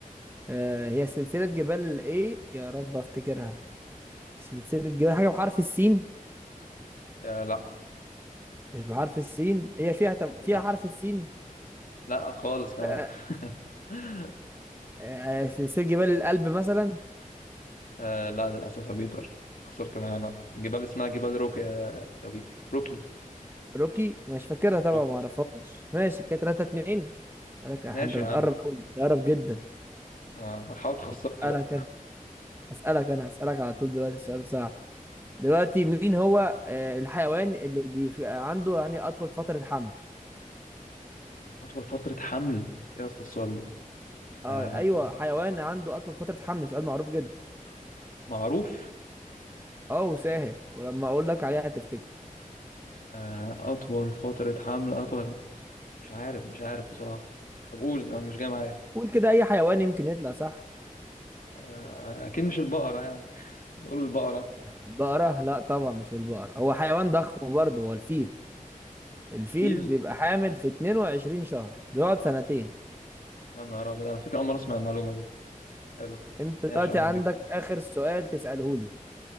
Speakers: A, on the right; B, on the left.
A: آه هي سلسلة جبال ايه يا رب افتكرها سلسلة جبال حاجة بحرف السين
B: آه لا
A: مش بحرف السين هي فيها طب
B: للأسف
A: فيها حرف السين
B: لا خالص كمان
A: آه
B: <laughs>
A: آه، سلسلة جبال الألب مثلا
B: آه لا للأسف يا بيتر خسرت معانا جبال اسمها جبال روكي يا يا بيتر روكي
A: روكي مش فاكرها طبعا
B: روكي
A: ما اعرفهاش ماشي كده 3 2 اسألك
B: ماشي
A: أح- انت بتقرب
B: يا عم
A: قوي بتقرب جدا
B: آه، حاول تخسرني
A: اسألك
B: بقى
A: انا اسألك انا هسألك على طول دلوقتي سؤال صعب دلوقتي مين هو آه الحيوان اللي بيبقى عنده يعني اطول فترة حمل
B: أطول فترة حمل إيه يا اسطى السؤال ده
A: اه
B: آه
A: ايوه حيوان عنده اطول فترة حمل سؤال معروف جدا
B: معروف
A: اه وسهل ولما اقول لك عليها هتفتكره
B: آه أطول فترة حمل أطول مش عارف مش عارف بصراحة طب قول انا مش جاي معايا
A: قول كده اي حيوان يمكن يطلع صح
B: آه، اكيد مش البقرة يعني قول البقرة
A: البقرة لا طبعا مش البقرة هو حيوان ضخم برضه هو الفيل الفيل
B: الفيل
A: بيبقى حامل في 22 شهر بيقعد سنتين
B: يا نهار ابيض على فكرة اول مرة اسمع المعلومة دي حلو
A: انت
B: ماشي
A: دلوقتي
B: يا عم
A: عندك
B: بيتر
A: اخر سؤال تسأله لي